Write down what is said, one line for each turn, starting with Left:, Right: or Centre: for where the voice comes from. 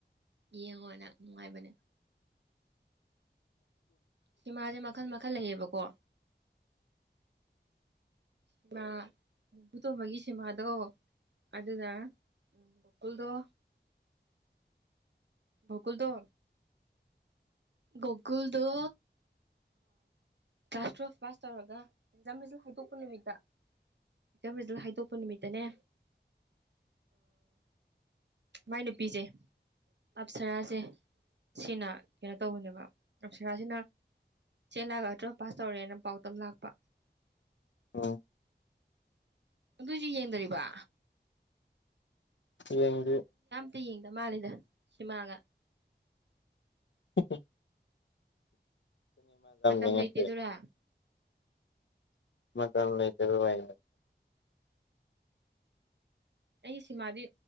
Right: ꯌꯦꯡꯉꯣ ꯅꯪ ꯅꯨꯡꯉꯥꯏꯕꯅꯦ ꯁꯤꯃꯥꯁꯦ ꯃꯈꯜ ꯃꯈꯜ ꯂꯩꯌꯦꯕꯀꯣ
Left: <unintelligible>
Right: ꯁꯤꯃꯥ ꯃꯕꯨꯨ ꯇꯣꯃꯒꯤ ꯁꯤꯃꯥꯗꯣ ꯑꯗꯨꯗꯥ ꯎꯝ ꯨꯀꯜꯗꯣ
Left: <unintelligible>
Right: ꯣꯀꯨꯜꯗ ꯒꯣꯒꯨꯜꯗꯣ ꯀ꯭ꯂꯥꯁ ꯇꯨꯋꯜꯐ ꯄꯥꯁ ꯇꯧꯔꯒ ꯑꯦꯛꯖꯥꯝ ꯔꯤꯖ ꯍꯥꯏꯗꯣꯛꯄ ꯅꯨꯃꯤꯠꯇ ꯖꯝ ꯔꯤꯖꯜ ꯍꯥꯏꯗꯣꯛꯄ ꯅꯨꯃꯤꯠꯇꯅꯦ ꯃꯥꯏ ꯅꯨꯄꯤꯁꯦ ꯑꯞꯁꯔꯥꯁꯦ ꯁꯤꯅ ꯀꯩꯅꯣ ꯇꯧꯕꯅꯦꯕ ꯑꯞꯁꯔꯥꯁꯤꯅ ꯆꯦ ꯂꯥꯛꯑꯒ ꯑꯇꯔꯒ ꯄꯥꯁ ꯇꯧꯔꯦꯅ ꯄꯥꯎꯇꯝ ꯂꯥꯛꯄ
Left: ꯑꯣ
Right: ꯑꯗꯨꯏꯁꯨ ꯌꯦꯡꯗꯔꯤꯕ
Left: ꯌꯦꯡꯒꯤ
Right: ꯠꯇ ꯌꯦꯡꯗ ꯃꯥꯜꯂꯤꯗ ꯁꯤꯃꯥꯡꯒ
Left: ꯍ
Right: ꯃꯇꯝ
Left: ꯌꯦꯡꯉꯝꯗꯦ
Right: ꯂꯩꯇꯦꯗꯨꯔ
Left: ꯃꯊꯅ ꯂ ꯂꯩꯇ ꯑꯗꯨ ꯋꯥꯏꯦ
Right: ꯑꯩꯒꯤ ꯁꯤꯃꯥꯗꯤ